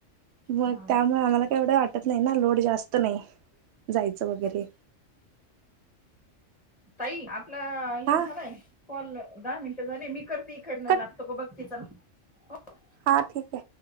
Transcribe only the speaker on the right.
मग
त्यामुळं आम्हाला काय एवढं वा टत नाही ना लोड जास्त नाही.
जायचं वगैरे
हा
कट
हा ठीक आहे